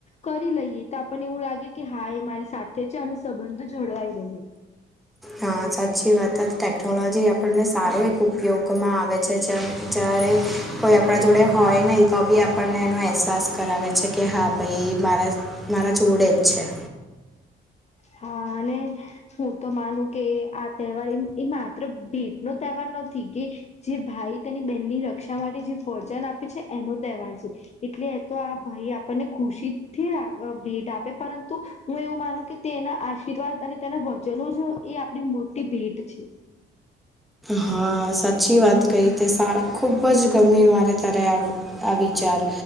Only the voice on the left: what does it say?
કરી લઈએ તો આપણને એવું લાગે કે હા એ મારી સાથે છે અને સંબંધો જળવાઈ રહે.
હા અને હું તો માનું કે આ તહેવાર એ એ માત્ર ભેટ નો તહેવાર નથી કે જે ભાઈ તેની બહેનની રક્ષા માટે જે વચન આપે છે એનો તહેવાર છે. એટલે તો આ ભાઈ આપણને ખુશી થી રા ભેટ આપે પરંતુ હું એવું માનું કે તેના આશીર્વાદ અને તેના વચનો જ એ આપણી મોટી ભેટ છે.